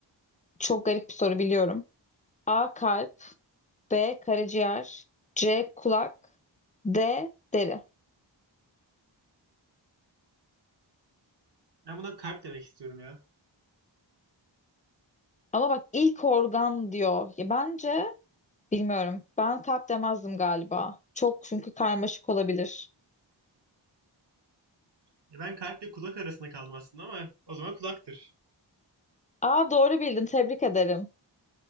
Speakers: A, on the left; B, on the right.
A: Çok garip bir soru biliyorum. A. Kalp B. Karaciğer C. Kulak D. Deri.
B: Ben buna kalp demek istiyorum ya.
A: Ama bak ilk organ diyor. Ya bence bilmiyorum. Ben kalp demezdim galiba. Çok çünkü karmaşık olabilir.
B: Ya ben kalple kulak arasında kaldım aslında ama o zaman kulaktır.
A: A. Doğru bildin. Tebrik ederim.